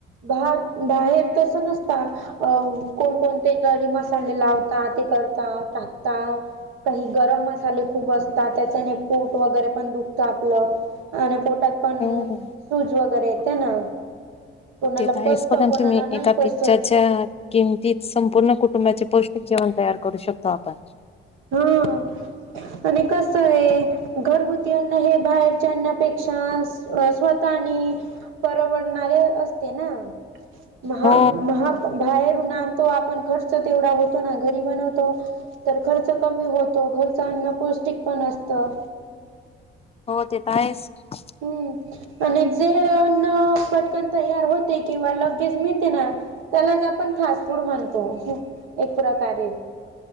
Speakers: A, on the right; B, on the left.
A: भार-बाहेर तस नसत. अं कोणकोणते गरी मसाले लावता, ते करता, टाकता काही गरम मसाले खूप असतात, त्याच्याने पोट वगैरे पण दुखत आपलं. अन पोटात पण,
B: हो हो.
A: शूज वगैरे येते ना. कोणाला
B: तेेत आहेस,
A: पचत
B: बघा न
A: कोणाला
B: तुम्ही
A: नाही
B: एका
A: पचत
B: पिक्चर च्या किमतीत, संपूर्ण कुटुंबाचे पौष्टिक जेवण तयार करू शकतो आपण.
A: ह्म आणि कस ये घरगुती अन्न हे बाहेर च्याना पेक्षा, स्वतः आणि परवडणारे असते ना. महा-महा
B: हो.
A: बाहेरून आणतो आपण, खर्च तेवढा होतो ना, घरी बनवतो. तर खर्च कमी होतो, घरच अन्न पौष्टिक पण असतं.
B: हो ते तर आहेच.
A: हम्म आणि जे अन्न पटकन तयार होते किंवा लगेच मिळते ना त्यालाच आपण फास्ट फूड म्हणतो एक प्रकारे